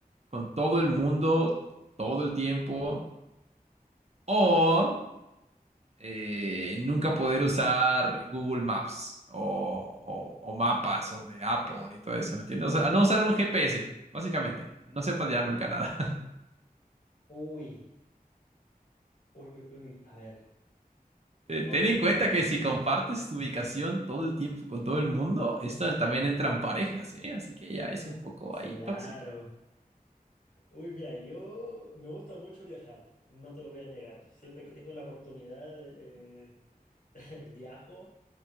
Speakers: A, on the right (about 45°); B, on the left (about 60°).
A: con todo el mundo todo el tiempo o eh, nunca poder usar Google Maps o, o- o mapas o de Apple y todo eso, ¿me entiendes? O sea, no usar un GPS, básicamente. No sepas ya nunca nada.
B: Uy, uy, uy, uy, a ver.
A: Eh,
B: Ok,
A: ten en
B: mira,
A: cuenta que
B: mm,
A: si compartes tu ubicación todo el tiempo con todo el mundo, esto también entra en parejas, ¿eh? Así que ya es un poco
B: claro.
A: ahí tóxico.
B: Uy, mira, yo me gusta mucho viajar, no te lo voy a negar. Siempre que tengo la oportunidad, eh, <laughs> viajo.